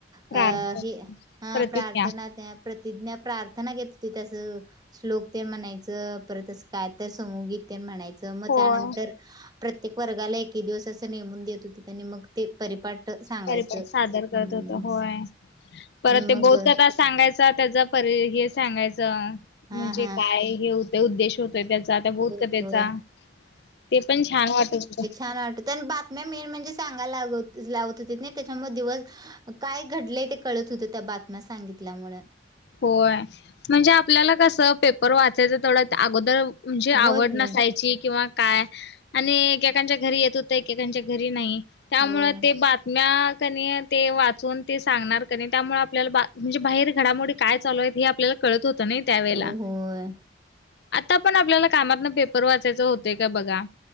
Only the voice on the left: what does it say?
प्रार्थ
प्रतिज्ञा
होय
परिपाट सादर करत
होत होय परत
ते
बहत का का सांगायचा त्याचा पर हे सांगायचं
म्हणजे
काय हे होते उद्देश हो त्याचा त्या बौत
कथेचा
ते पण छान वाटत हो
होय म्हणजे आपल्याला कसं पेपर वाचायचं तेथोडं अगोदर म्हणजे आवड
नसायची किंवा काय आणि एकेकांच्या घरी येत होतं एकेकांच्या घरी नाही त्यामु
ते बातम्या क ते वाचून ते सांगणार क त्यामुळे आपल्याला बा म्हणजे बाहेर घडामोडी काय चालूय हे आपल्याला कळत होतं ना त्यावेेला
आता पण आपल्याला कामात ना पेपर वाचायचं होत का बघा